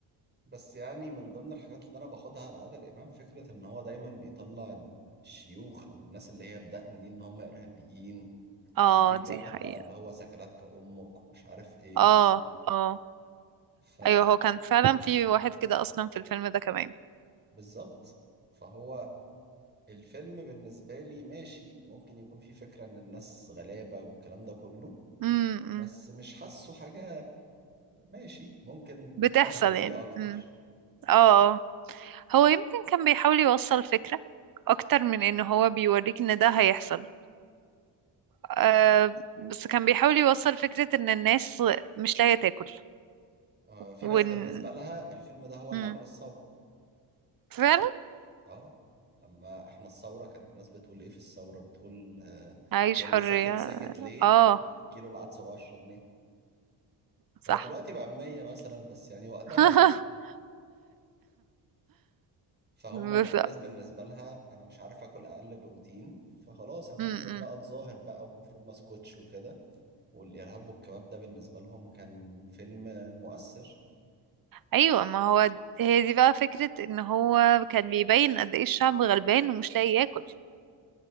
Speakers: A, on the right; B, on the right.
A: بس يعني من ضمن الحاجات اللي انا باخدها على عادل امام فكره ان هو دايما بيطلع الشيوخ او الناس اللي هي بدقن دي ان هم ارهابيين
B: اه
A: ويجيب
B: دي
A: واحد
B: حقيقة
A: بقى اللي هو سكلاتك امك ومش عارف ايه
B: اه اه
A: ف
B: ايوه هو كان فعلا في واحد كده اصلا في الفيلم ده كمان
A: بالظبط فهو الفيلم بالنسبه لي ماشي ممكن يكون فيه فكره ان الناس غلابه والكلام ده كله
B: امم
A: بس مش حاسه حاجة ماشي ممكن
B: بتحصل
A: فانتزي
B: يعني
A: أكتر
B: امم اه آه. هو يمكن كان بيحاول يوصل فكرة اكتر من ان هو بيوريك ان ده هيحصل آه بس كان بيحاول يوصل فكرة ان الناس مش لاقية تاكل
A: آه، في
B: وان
A: ناس بالنسبة لها الفيلم ده هو اللي
B: امم
A: عمل الثورة
B: فعلا
A: اه لما احنا الثورة كان الناس بتقول ايه في الثورة بتقول آه،
B: عايش
A: يا اللي
B: حرية
A: ساكت ساكت ليه
B: اه
A: كيلو العدس ب 10 جنيه
B: صح
A: هو دلوقتي بقى ب 100 مثلا بس يعني وقتها
B: <laughs>
A: <laughs> فهم
B: بس
A: الناس بالنسبة لها انا مش عارف اكل اقل بروتين فخلاص انا
B: امم
A: هنزل بقى اتظاهر بقى ومفروض ما اسكتش وكده والارهاب والكباب ده بالنسبة لهم كان فيلم مؤثر
B: ايوه ما هو هي دي بقى فكرة ان هو كان بيبين قد ايه الشعب غلبان ومش لاقي ياكل